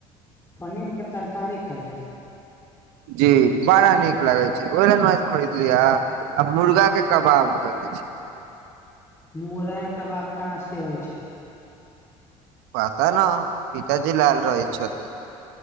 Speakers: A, on the left; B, on the right.
A: पनीरके तरकारी खालै छै।
B: जी बड़ा नीक लागे छै ओहि खरीद बलि आ मुर्गा के कबाब खोले छै
A: मुरइ कबाब कहाँ से अबै छै।
B: पता ने पिताजी लाल रहै।